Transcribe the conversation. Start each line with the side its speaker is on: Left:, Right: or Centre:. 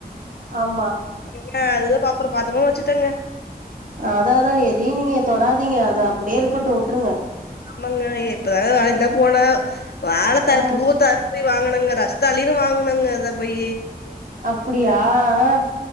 Right: ஆமா
Left: என்ன அதுதா பாத்துருக்கோ அதுவு வெச்சுட்டங்க
Right: அதா அதாங்க எதையு நீங்க தொடாதிங்க அது அப்பிடியே இருக்கட்டு உட்ருங்க
Left: ஆமங்க இப்பதா அதுக்குத்தா போன வாழத்தாரு
Right: ஆ
Left: பூவத்தாரு போய் வாங்குனங்க ரஸ்தாலினு வாங்குனங்க அத போயி
Right: அப்புடியா அ